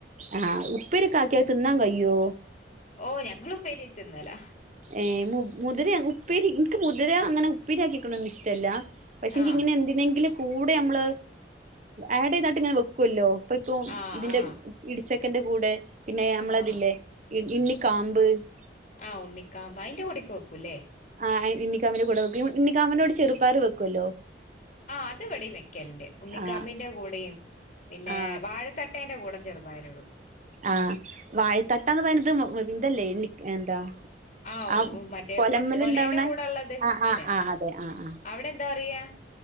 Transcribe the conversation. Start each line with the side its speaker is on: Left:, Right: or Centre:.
Right: ആഹ് ഉപ്പേരിയൊക്കെ ആക്കിയ തിന്നാൻ കയ്യോ
Left: ഓഹ് ഞങ്ങള് ഉപ്പേരി വെച്ച്ന്നല
Right: ഏ, മുതിര ഉപ്പേരി ഇന്ക് മുതിര അങ്ങനെ ഉപ്പേരി ആക്കി വെക്കണൊന്നു ഇഷ്ടമല്ല. പക്ഷേ
Left: ആഹ്
Right: എന്തിനെയെങ്കിലും കൂടെ നമ്മൾ ആഡെതിയി ട്ട് ഇങ്ങനെ വെക്കുവല്ലോ. പ്ളിപ്പൊ,
Left: ആഹ്
Right: ഇതിന്റെ
Left: ആഹ്
Right: ഇടിച്ചക്കെന്റെ കൂടെ പിന്നെ അമ്മളതില്ലേ
Left: ആഹ്
Right: ഇ ഇണ്ണിക്കാമ്പ് <unintelligible>
Left: ആ, ഉണ്ണിക്കാമ്പ് അയിന്റെ പൊടിയൊക്കെ വെക്കൂല്ലേ.
Right: ആ, ഇ ഇണ്ണിക്കാമ്പിനെ കൂടെ വെക്കും. ഇണ്ണിക്കാബിന്റെ കൂടെ ചെറുപയർ വെക്കുല്ലോ.
Left: ആ, അത് ഇവിടെയും വെക്കലുണ്ട്. ഉണ്ണിക്കാമ്മിന്റെ
Right: ആ
Left: കൂടെയും പിന്നെ
Right: ആ
Left: വാഴ തട്ടേന്റെ കൂടെ ചെറുപയറിടും.
Right: ആ, വായത്തട്ടാന്ന് പറയണത് വ് വ് ഇതല്ലേ നിക് എന്താ
Left: ആഹ്
Right: ആ,
Left: മറ്റേ
Right: കൊലേമ്മല്
Left: കൊലേന്റെ
Right: ഇണ്ടാവണേ
Left: കൂടെ ഉള്ളത്
Right: ആ,
Left: അതന്നെ
Right: ആ, അതെ ആ, ആ.
Left: അവിടെ എന്താ പറയാ